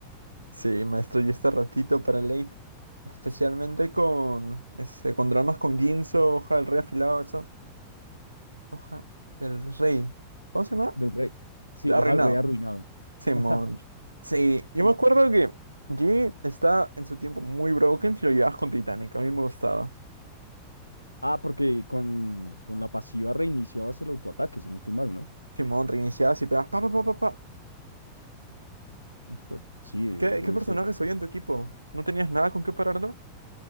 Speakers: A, on the right (about 80°); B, on the left (about 85°).
A: Sí, maestro, y este ratito para late. Especialmente con, ese, con dramas con Ginzo, hoja del rey afilado, eso. Hoja del rey. ¿Cómo se llama?
B: del rey. Sí,
A: Arruinado.
B: hoja del rey arruinado.
A: Simón.
B: <laughs>
A: Sí, yo
B: No.
A: me acuerdo que G está en su tiempo muy broken si lo llevabas con Titanic. A mí me gustaba.
B: Ah, porque con, con la pasiva reiniciabas el autoataque, si no estoy mal, ¿no?
A: Simón, reiniciabas y pegabas pa pa pa pa pa.
B: Jue- Sí,
A: ¿Y
B: de-
A: ¿Qué,
B: debe
A: qué personajes
B: ser
A: había en tu equipo? ¿No tenías nada con qué pararlo?